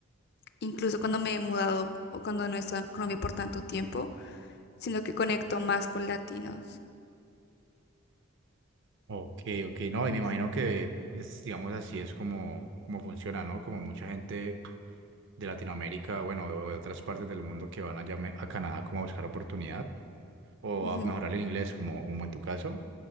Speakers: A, on the left; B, on the right.
A: incluso cuando me he mudado o cuando no he estado en Colombia por tanto tiempo, sino que conecto más con latinos.
B: Ok, ok, no, y me imagino
A: Sí,
B: que, es, digamos así, es como, como funciona, ¿no? Como mucha gente de Latinoamérica, bueno, o de otras partes del mundo que van allá me- a Canadá como a buscar oportunidad o
A: Ujú,
B: a mejorar el inglés, como, como en tu caso.